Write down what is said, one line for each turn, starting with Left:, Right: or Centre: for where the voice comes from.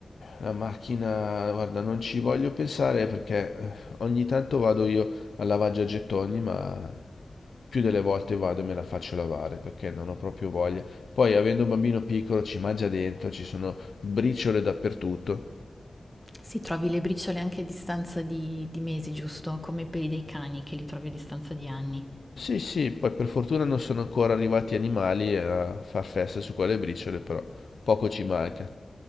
Left: La macchina, guarda, non ci voglio pensare perché eh, ogni tanto vado io al lavaggio a gettoni, ma più delle volte vado e me la faccio lavare perché non ho proprio voglia. Poi, avendo un bambino piccolo, ci mangia dentro, ci sono briciole dappertutto.
Centre: Sì, trovi le briciole anche a distanza di, di mesi, giusto? Come i peli dei cani che li trovi a distanza di anni.
Left: Sì, sì, poi per fortuna non sono ancora arrivati animali a far festa su quelle briciole, però poco ci manca.